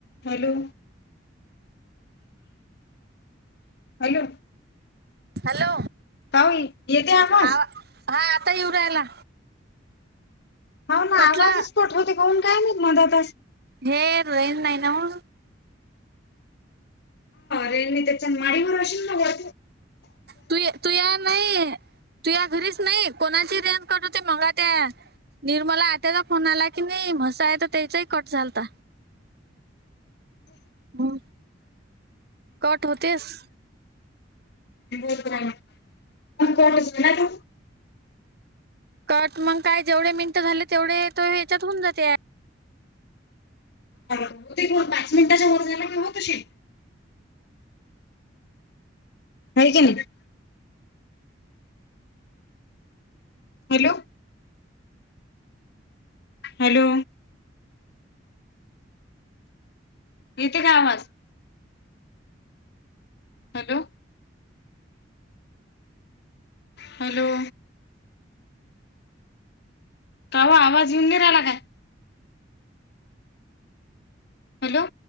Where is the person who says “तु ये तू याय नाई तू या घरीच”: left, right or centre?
Right